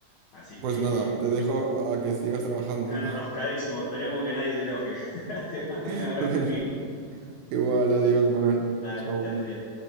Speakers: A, on the left (about 80°); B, on the right (about 75°).
A: Así que,
B: pues nada, te dejo a que sigas trabajando.
A: enroscadísimo, esperemos que nadie se enoje. <laughs> Te mando
B: <laughs>
A: un abrazo, Emil.
B: Igual, adiós, Manuel.
A: Dale,
B: Chau.
A: que andes bien.